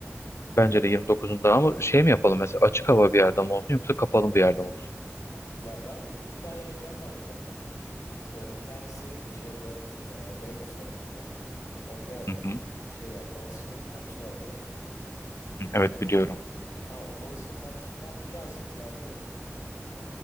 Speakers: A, on the left; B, on the left.
A: Bence de 29'unda ama şey mi yapalım mesela açık hava bir yerde mi olsun yoksa kapalı bir yerde mi olsun?
B: Ya ben iki tane mekan baktım. İşte bir tanesi şeyde e, Beykoz tarafında. Orada
A: Hı hı.
B: şey var. Boğaziçi'nin kampüsü var biliyor musun?
A: Evet biliyorum.
B: Aynen o Boğaziçi'nin kampüsünden birazcık ileride e,